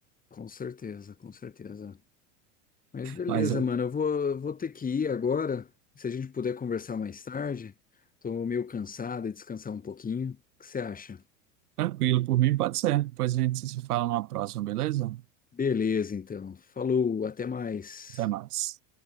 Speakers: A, on the left; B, on the right.
A: com certeza, com certeza. Mas beleza,
B: Mas é,
A: mano. Eu vou, vou ter que ir agora. Se a gente puder conversar mais tarde, tô meio cansado e descansar um pouquinho. O que você acha?
B: tranquilo, por mim pode ser. Depois a gente se fala numa próxima, beleza?
A: Beleza, então. Falou, até mais.
B: Até mais.